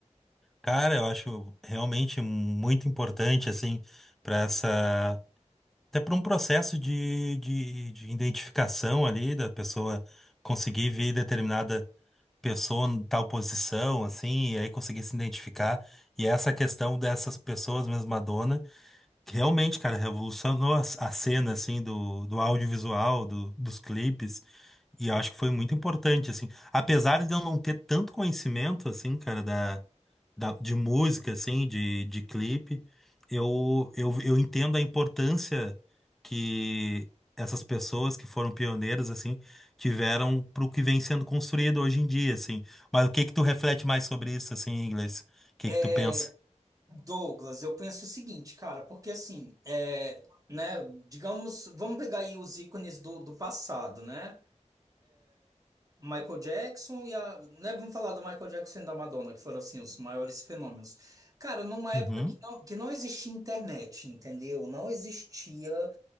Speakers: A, in the centre; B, on the right.
A: Cara, eu acho realmente muito importante, assim, pra essa. Até para um processo de, de, de identificação ali, da pessoa conseguir ver determinada pessoa em tal posição, assim, e aí conseguir se identificar. E essa questão dessas pessoas mesma Realmente, cara, revolucionou a, a cena, assim, do, do audiovisual, do- dos clipes, e eu acho que foi muito importante, assim. Apesar de eu não ter tanto conhecimento, assim, cara, da, da- de música, assim, de, de clipe, eu, eu, eu entendo a importância que essas pessoas que foram pioneiras, assim, tiveram pro que vem sendo construído hoje em dia, assim. Mas o que que tu reflete mais sobre isso, assim, em inglês? O que
B: É,
A: que tu pensa?
B: Douglas, eu penso o seguinte, cara, porque assim, é, né, digamos, vamos pegar aí os ícones do, do passado, né? Michael Jackson e a, né, vamos falar do Michael Jackson e da Madonna, que foram assim os maiores fenômenos. Cara, numa
A: Uhum,
B: época que não, que não existia internet, entendeu? Não existia,